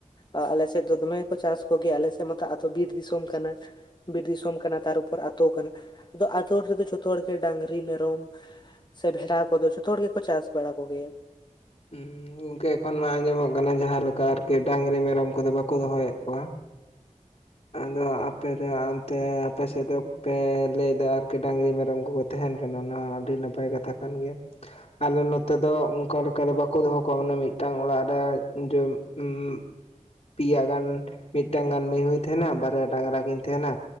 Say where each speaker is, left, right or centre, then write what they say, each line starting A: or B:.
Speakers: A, on the left (about 35°); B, on the left (about 60°).
A: ᱟ ᱟᱞᱮᱥᱮᱫ ᱫᱚ ᱫᱚᱢᱮ ᱠᱚ ᱪᱟᱥ ᱠᱚᱜᱮᱭᱟ, ᱟᱞᱮ ᱥᱮᱫ ᱢᱟᱛᱚ ᱟᱹᱛᱩ ᱵᱤᱨ ᱫᱤᱥᱚᱢ ᱠᱟᱱᱟ᱾ ᱵᱤᱨ ᱫᱤᱥᱚᱢ ᱠᱟᱱᱟ ᱛᱟᱨ ᱩᱯᱚᱨ ᱟᱛᱳ ᱠᱟᱱᱟ, ᱟᱫᱚ ᱟᱛᱳ ᱨᱮᱫᱚ ᱡᱷᱚᱛᱚ ᱦᱚᱲᱜᱮ ᱰᱟᱝᱨᱤ ᱢᱮᱨᱚᱢ ᱥᱮ ᱵᱷᱮᱰᱟ ᱠᱚᱫᱚ ᱡᱷᱚᱛᱚ ᱦᱚᱲ ᱜᱮᱠᱚ ᱪᱟᱥ ᱵᱟᱲᱟ ᱠᱚ ᱜᱮᱭᱟ᱾
B: ᱩᱸ ᱜᱚᱝᱠᱮ ᱮᱠᱷᱚᱱ ᱢᱟ ᱟᱸᱡᱚᱢᱚᱜ ᱠᱟᱱᱟ ᱡᱟᱦᱟ ᱞᱮᱠᱟ ᱟᱨᱠᱤ ᱰᱟᱝᱨᱤ ᱢᱮᱨᱚᱢ ᱠᱚᱫᱚ ᱵᱟᱠᱚ ᱫᱚᱦᱚᱭᱮᱫ ᱠᱚᱣᱟ᱾ ᱟᱫᱚ ᱟᱯᱮ ᱫᱚ ᱚᱱᱛᱮ ᱟᱯᱮ ᱥᱮᱫ ᱫᱚᱠᱯᱮ ᱞᱟᱹᱭᱫᱟ ᱟᱨᱠᱤ ᱰᱟᱝᱨᱤ ᱢᱮᱨᱚᱢ ᱠᱚᱠᱚ ᱛᱟᱦᱮᱱ ᱠᱟᱱᱟ ᱚᱱᱟ ᱦᱚᱸ ᱟᱹᱰᱤ ᱱᱟᱯᱟᱭ ᱠᱟᱛᱷᱟ ᱠᱟᱱ ᱜᱮᱭᱟ᱾ ᱟᱞᱮ ᱱᱚᱛᱮ ᱫᱚ ᱚᱱᱠᱟ ᱞᱮᱠᱟ ᱫᱚ ᱵᱟᱠᱚ ᱫᱚᱦᱚ ᱠᱚᱣᱟ ᱢᱟᱱᱮ ᱢᱤᱫᱴᱟᱝ ᱚᱲᱟᱜ ᱨᱮ <unintelligible> ᱩᱸᱢ ᱯᱤᱭᱟ ᱜᱟᱱ, ᱢᱤᱫᱴᱟᱝ ᱜᱟᱱ ᱢᱤᱦᱩᱭ ᱛᱟᱦᱮᱱᱟ, ᱵᱟᱨᱭᱟ ᱰᱟᱝᱨᱟ ᱠᱤᱱ ᱛᱟᱦᱮᱱᱟ